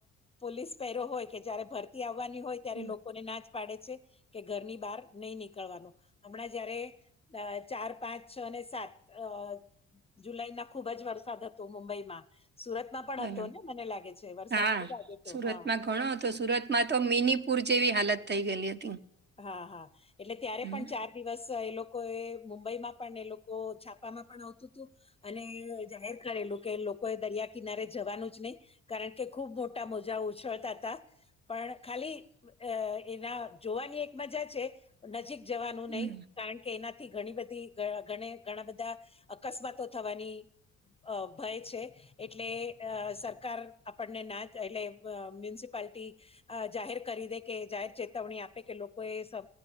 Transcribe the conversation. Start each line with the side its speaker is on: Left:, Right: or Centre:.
Left: પોલીસ પહેરો હોય કે જયારે ભર તી આવવાની હોય ત્યારે
Right: હમ,
Left: લોકોને નાજ પાડે છે કે ઘરની બહાર નહી નીકળવાનું હમણાં જયારે અ ચાર પાંચ છ ને સાત અ જુલાઈ ના ખુબ જ વરસાદ હતો મુંબઈમાં સુરત માં પણ
Right: બરાબર
Left: હતો ને મને લાગે છે વરસાદ
Right: હા
Left: ખુબ આયો હતો
Right: સુરતમાં
Left: હા
Right: ઘણો હતો સુરત માં તો મિનીપુર જેવી હાલત થઈ ગયેલી હતી
Left: હા હા એટલે ત્યારે
Right: હમ
Left: પણ ચાર દિવસ એ લોકો એ મુંબઈમાં પણ એ લોકો છાપામાં પણ આવતું હતું અને જાહેર કરેલું કે લોકો એ દરિયા કિનારે જવાનું જ નહી કારણ કે ખૂબ મોટા મોંજા ઉછળતા હતા. પણ ખાલી અ એના જોવાની એક એક મજા છે નજીક જવાનું
Right: હમ
Left: નહી કારણ કે એનાથી ઘણી બધી ઘણા બધા અકસ્માતો થવાની અ ભય છે. એટલે અ સરકાર આપણને ના જ એટલે મ્યુનિસિપાલટી અ જાહેર કરી દે કે જાહેર ચેતવણી આપે કે લો કો એ સ